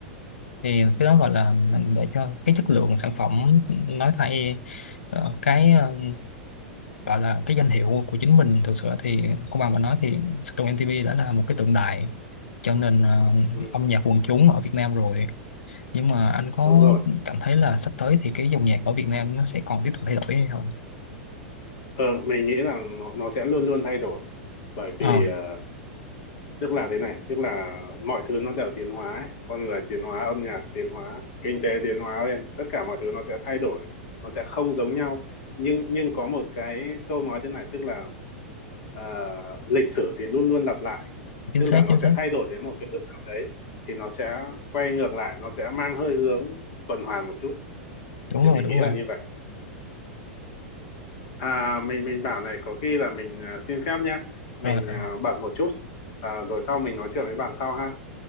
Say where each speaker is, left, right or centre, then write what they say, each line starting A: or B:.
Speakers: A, on the left (about 80°); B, on the left (about 55°).
A: thì cái đó gọi là để cho cái chất lượng sản phẩm nói thay ờ, cái ờ, gọi là cái danh hiệu của chính mình thực sự thì công bằng mà nói thì Sơn Tùng MTP đã là một cái tượng đài cho nền ờ,
B: ừ,
A: âm nhạc quần chúng ở Việt Nam rồi nhưng mà anh có
B: đúng rồi
A: cảm thấy là sắp tới thì cái dòng nhạc ở Việt Nam nó sẽ còn tiếp tục thay đổi hay không?
B: ờ, mình nghĩ là nó, nó sẽ luôn luôn thay đổi bởi
A: Ờ,
B: vì ờ, tức là thế này tức là mọi thứ nó đều tiến hóa ấy. con người tiến hóa âm nhạc tiến hóa kinh tế tiến hóa lên tất cả mọi thứ nó sẽ thay đổi nó sẽ không giống nhau nhưng nhưng có một cái câu nói thế này tức là à, lịch sử thì luôn luôn lặp lại
A: chính
B: tức
A: xác
B: là nó
A: chính
B: sẽ
A: xác
B: thay đổi đến một cái lúc nào đấy thì nó sẽ quay ngược lại nó sẽ mang hơi hướng tuần hoàn một chút
A: đúng
B: thì
A: rồi
B: mình
A: đúng
B: nghĩ là
A: rồi
B: như vậy à, mình mình bảo này có khi là mình à, xin phép nhá mình
A: rồi ờ,
B: à, bận một chút à, rồi sau mình nói chuyện với bạn sau ha